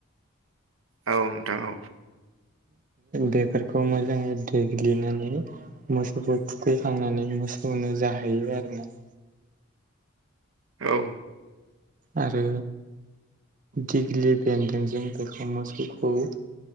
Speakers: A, on the right; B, on the right.
A: औ नोंथां औ
B: बेफोरखौ मोजाङै देग्लिनानै मोसौखौ थुखैखांनानै मोसौनो जाहैयो आरो ना
A: औ
B: आरो दिग्लि बेन्दों जों बेखौ मोसौखौ